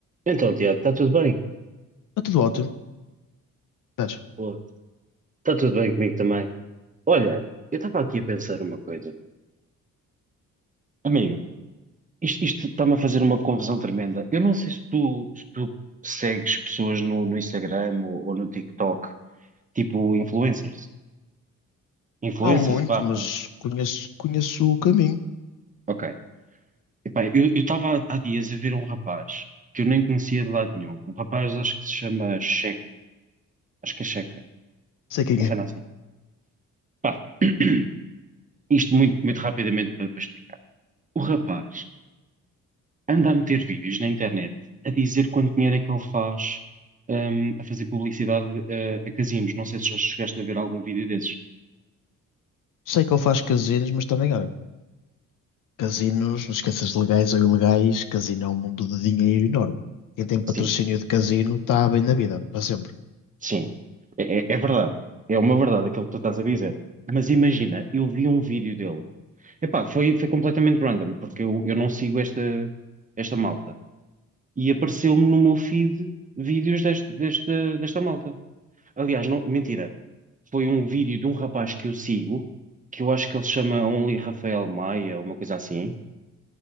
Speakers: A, on the right; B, on the left.
A: Então, Tiago, está tudo bem?
B: Está tudo ótimo. Espera,
A: Boa. Está tudo bem comigo também. Olha, eu estava aqui a pensar uma coisa. Amigo, isto, isto está-me a fazer uma confusão tremenda. Eu não sei se tu, se tu segues pessoas no, no Instagram ou, ou no TikTok, tipo influencers. Influencers
B: Não muito,
A: barra.
B: mas conheço, conheço o caminho.
A: Ok. Epá, eu eu estava há dias a ver um rapaz que eu nem conhecia de lado nenhum. Um rapaz, acho que se chama Checa. Acho que é Checa.
B: Sei quem
A: Mas
B: é.
A: cena assim. Pá, <clears throat> isto muito, muito rapidamente para para explicar. O rapaz. anda a meter vídeos na internet a dizer quanto dinheiro é que ele faz, hum, a fazer publicidade, eh, a casinos. Não sei se já chegaste a ver algum vídeo desses.
B: Sei que ele faz casinos, mas também, olha, casinos, não esqueças de legais ou ilegais, casino é um mundo de dinheiro enorme. Quem tem patrocínio
A: Sim,
B: de casino está bem na vida, para sempre.
A: sim. É, é- é verdade. É uma verdade aquilo que tu estás a dizer. Mas imagina, eu vi um vídeo dele. Epá, foi, foi completamente random, porque eu, eu não sigo esta, esta malta. E apareceu-me no meu feed vídeos deste, desta desta malta. Aliás, não, mentira. foi um vídeo de um rapaz que eu sigo, que eu acho que ele se chama Only Rafael Maia, uma coisa assim,